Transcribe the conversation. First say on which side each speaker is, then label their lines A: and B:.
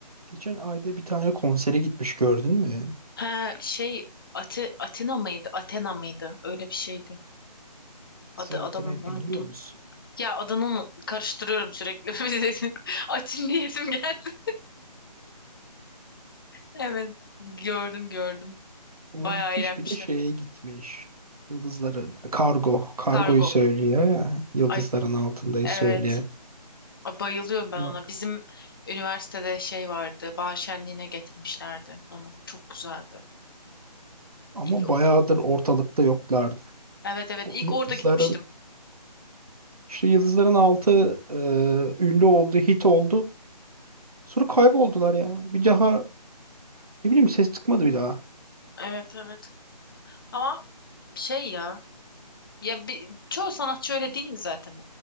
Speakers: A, on the right (about 60°); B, on the left (about 30°).
A: Geçen ayda bir tane konsere gitmiş gördün mü?
B: Ha şey Ate- Atina mıydı? Athena mıydı? Öyle bir şeydi. Adı
A: Seyahatine
B: adamın unuttum.
A: bilmiyor musun?
B: Ya adını unu- karıştırıyorum sürekli. <laughs> Atin diyesim geldi. Evet. Gördüm gördüm.
A: Ona
B: Bayağı
A: gitmiş
B: eğlenmişler.
A: bir de şeye gitmiş. Yıldızların kargo. Kargoyu
B: Kargo.
A: söylüyor ya. Yıldızların
B: Ay
A: altındayı
B: evet.
A: söyleyen.
B: Ay, bayılıyorum ben
A: Ama
B: ona. Bizim üniversitede şey vardı. Bahar şenliğine getirmişlerdi onu. Çok güzeldi.
A: ama
B: İlk,
A: bayağıdır ortalıkta yoklardı.
B: evet evet.
A: O
B: ilk
A: yıldızların
B: orada gitmiştim.
A: işte yıldızların altı e, ünlü oldu, hit oldu. Sonra kayboldular ya. Bir daha ne bileyim ses çıkmadı bir daha.
B: Evet evet. Ama şey ya. Ya bi- çoğu sanatçı öyle değil mi zaten?